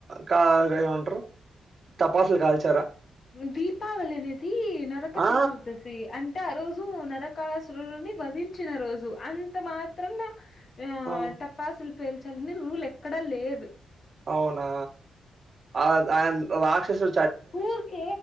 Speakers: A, on the right; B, on the left.
A: కా ఏమంటరు తపాసుల్ కాల్చ
B: దీపావళి అనేది నరక
A: ఆ
B: చతుర్దశి అంటే ఆ రోజు నరకా సురుడిని వధించిన రోజు అంత మాత్రాన ఆ
A: ఓ
B: టపాసుల్ పేల్చాలని రూల్ ఎక్కడ లేదు.
A: అవునా ఆ ఆయన్ రాక్షసు
B: ఊర్క